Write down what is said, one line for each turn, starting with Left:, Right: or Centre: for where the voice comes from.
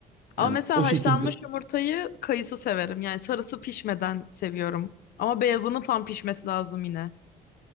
Left: Ama
Right: Yani
Left: mesela
Right: o
Left: haşlanmış
Right: şekilde
Left: yumurtayı kayısı severim. Yani sarısı pişmeden seviyorum. Ama beyazının tam pişmesi lazım yine.